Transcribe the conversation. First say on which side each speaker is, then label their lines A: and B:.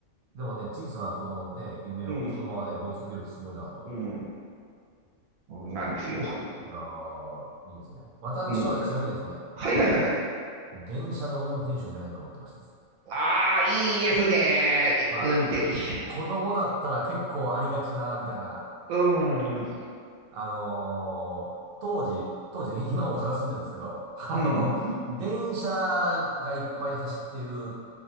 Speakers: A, on the right (about 70°); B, on the right (about 80°).
A: でもね、小さな子供のね、夢をそのままね、
B: うん。
A: 追い続けるってすごいなと。
B: うん。うん。なんですよ。
A: いやーいいですね。私はねちなみにですね、
B: うん。はいはいはいはい。
A: 電車の運転手になりたいと思ってましてですね。
B: ああ、いいですね。
A: まあ、
B: 運転手。
A: 子供だったら結構ありがちだな、みたいな
B: うん、
A: あのー当時、当時、<laughs> 今大阪住んでるんですけど、あの、
B: うん。
A: 電車がいっぱい走ってる